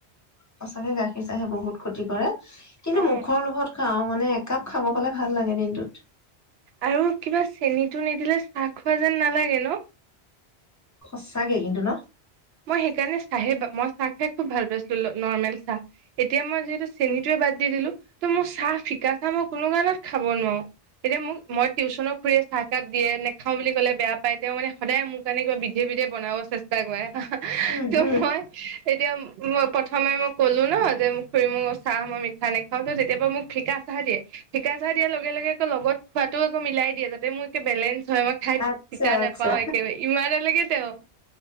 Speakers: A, on the left (about 20°); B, on the right (about 70°).
A: সঁচাকে গাখীৰ চাহে বহুত ক্ষতি কৰে কিন্তু
B: অ
A: মুখৰ লগত খাও মনে একাপ খাব গলে ভাল লাগে দিনটোত
B: আৰু কিবা চেনিটো নিদিলে চাহ খোৱা যেন নালাগে ন
A: সচাকে কিন্তু ন
B: মই সেইকাৰণে চাহে মই চাহ খাই খুব ভাল পাইছিলো নৰ্মেল চাহ এতিয়া মই যিহেতু চেনিটোৱে বাদ দি দিলো ত' মোৰ চাহ ফিকা চাহ মই কোনো কাৰণত খাব নোৱাৰো এতিয়া মোক মই টিউশ্যনৰ খুৰীয়ে চাহকাপ দিয়ে নেখাও বুলি কলে বেয়া পায় তেওঁ মানে সদায় মোৰ কাৰণে কিবা বিধে বিধে বনাব চেষ্টা কৰে
A: উম
B: ত
A: উম
B: মই এতিয়া মই প্ৰথম খামেই মই ক'লো ন যে মোক খুৰি মোৰ চাহ মই মিঠা নেখাও তো তেতিয়াবা মোক ফিকা চাহ দিয়ে ফিকা চাহ দিয়াৰ লগে লগে আকৌ লগত খোৱাতো আকৌ মিলাই দিয়ে যাতে মোক একে বেলেঞ্চ হয় মই খাই
A: আচ্ছা
B: তিতা নেপাওঁ
A: আচ্ছা।
B: একেবাৰে ইমান লেগে তেওঁ